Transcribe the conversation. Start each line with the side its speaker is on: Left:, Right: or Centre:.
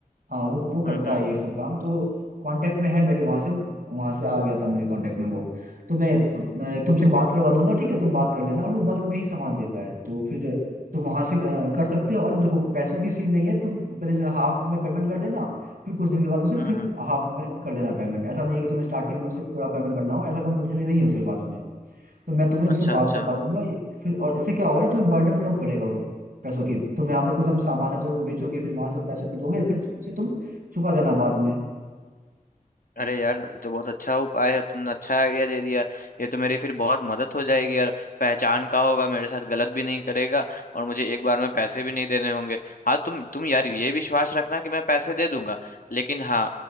Right: हाँ वो वो
Left: हम्म
Right: करता
Left: हम्म
Right: है ये सब काम तो कांटेक्ट में है मेरे वहां से वहां से आ गया था मेरे कांटेक्ट में वो तो मैं, मैं तुमसे बात करवा दूंगा ठीक है तुम बात कर लेना और वो बल्क में ही सामान देता है तो फिर तुम वहां से अ, कर सकते हो और देखो पैसों की सीन नहीं है तुम पहले से हाफ में पेमेंट कर देना फिर कुछ दिन के बाद उसे
Left: हम्म
Right: फिर
Left: हम्म
Right: हाफ में कर देना पेमेंट ऐसा नहीं है कि तुम्हें स्टार्टिंग में उसे पूरा पेमेंट करना हो ऐसा कंपलसरी नहीं है उसके पास में तो मैं तुम्हें उससे
Left: अच्छा
Right: बात
Left: अच्छा
Right: करवा दूंगा ये- फिर और इससे क्या होगा ना तुम्हें बर्डन कम पड़ेगा वो पैसों की तुम यहाँ पे कुछ हम सामान है जो तुम बेचोगे फिर वहां से पैसे लोगे फिर उसे तुम चुका देना बाद में
Left: अरे यार ये तो बहुत अच्छा उपाय है तुमने अच्छा आइडिया दे दिया ये तो मेरी फिर बहुत मदद हो जाएगी यार पहचान का होगा मेरे साथ गलत भी नहीं करेगा और मुझे एक बार में पैसे भी नहीं देने होंगे हाँ तुम तुम यार ये विश्वास रखना कि मैं पैसे दे दूंगा लेकिन हाँ